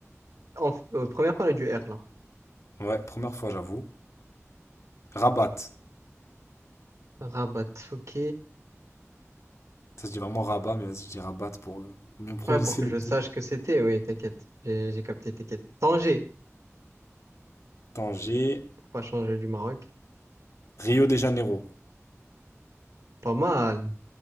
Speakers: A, on the right; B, on the left.
A: En... euh, première parole du R, là.
B: Ouais, première fois, j'avoue. Rabat.
A: Rabat, ok.
B: Ça se dit vraiment Rabat, mais vas-y, je dis Rabat pour euh, bien prononcer
A: Ouais, pour que
B: le
A: je
B: T.
A: sache que c'était, oui, t'inquiète. J'ai j'ai capté, t'inquiète. Tanger,
B: Tanger,
A: pour pas changer du Maroc.
B: Rio de Janeiro.
A: Pas mal.